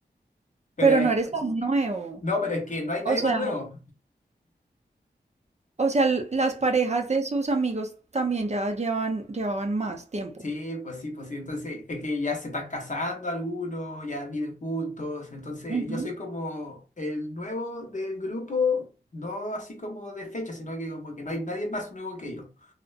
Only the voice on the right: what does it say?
Pero
no eres tan nuevo.
O sea,
o sea, l- las parejas de sus amigos también ya llevan, llevaban más tiempo.
Ujú,